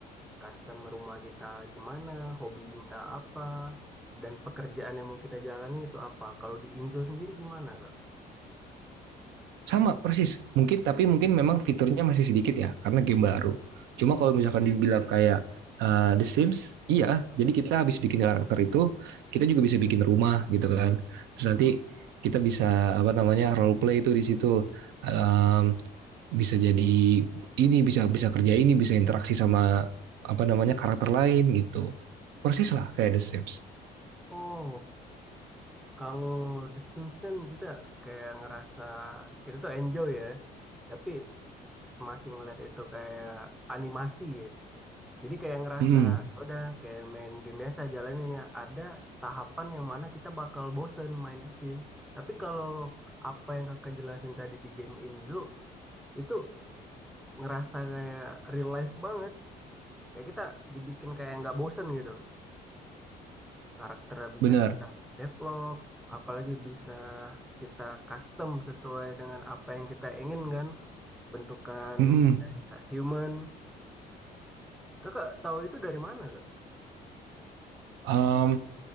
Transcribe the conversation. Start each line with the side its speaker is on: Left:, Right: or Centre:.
Centre: custom rumah kita gimana, hobi kita apa, dan pekerjaan yang mau kita jalani itu apa. Kalau di Inzo sendiri gimana, Kak?
Right: Sama persis. Mungkin tapi mungkin memang fiturnya masih sedikit ya karena game baru. Cuma kalau misalkan dibilang kayak uh, The Sims, iya. Jadi kita habis bikin karakter itu, kita juga bisa bikin rumah gitu kan. Terus nanti
Centre: Hah?
Right: kita bisa apa namanya role play itu di situ um, bisa jadi ini bisa bisa kerja ini bisa interaksi sama apa namanya karakter lain gitu persis lah kayak The Sims
Centre: Oh, kalau The Sims kan kita kayak ngerasa kita tuh enjoy ya, tapi masih ngeliat itu kayak animasi ya. Jadi kayak ngerasa
Right: mm
Centre: ya udah kayak main game biasa jalannya ada tahapan yang mana kita bakal bosen main The Sims. Tapi kalau apa yang kakak jelasin tadi di game Inzo itu ngerasa kayak real life banget. Kayak kita dibikin kayak nggak bosen gitu. Karakternya bisa
Right: benar
Centre: kita develop, apalagi bisa kita custom sesuai dengan apa yang kita inginkan. Bentukan
Right: mm
Centre: kayak human. Kakak tahu itu dari mana gak?
Right: um,